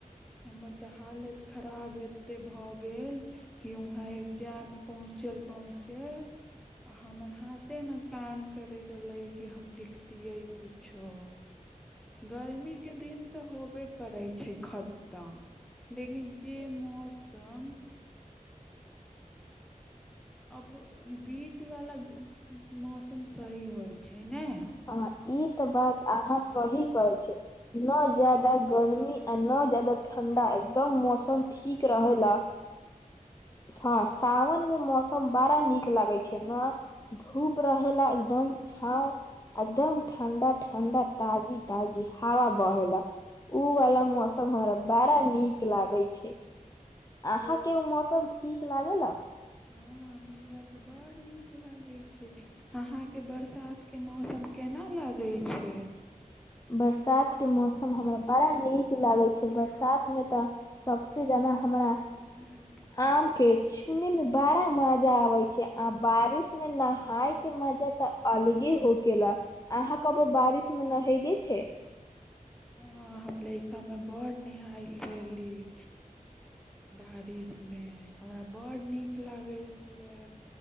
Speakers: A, in the centre; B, on the left.
A: हमर तऽ हालैत खराब एत्ते भऽ गेल। कि उहाँ एग्जाम में पहुँचल पहुँचे आ हमर हाथे ना काम करै रहलै कि हम लिखतियै कुछो। गर्मीके दिन तऽ होबे करै छै खत्तम। लेकिन जे मौसम अब अ बीचवाला मौसम सही होइ छै ने।
B: हँ ई तऽ बात अहाँ सही कहे छीयै नऽ जादा गर्मी आ न जादा ठंडा एकदम मौसम ठीक क रहै ला हँ सावन मे मौसम सम बाड़ा नीक लागे छै नऽ धूप रहेला एकदम छाँव एकदम ठण्डा ठण्डा ताजी ताजी हावा बहेला। ऊ वाला मौसम हमरा बाड़ा नीक लागै छै। अहाँके
A: से
B: ओ मौसम ठीक लागेल?
A: हँ हमरा तऽ बड़ नीक लागै अहाँके बरसातके मौसम केना लागै छै?
B: बरसात के मौसम हमरा बड़ा नीक क लागै छै बरसात
A: हँ
B: मे तऽ सबसे जादा हमरा
A: उं
B: आम के छूने में बाड़ा मजा आबै छै आ बारिश में नहाय के मजा तऽ अलगे होकेला आहाॅं कबो बारिश मे नहैले छे?
A: हंऽ हम लइका में बड़ नेहायल रहली। बारिश मे हमरा बड्ड नीक लागै छलै।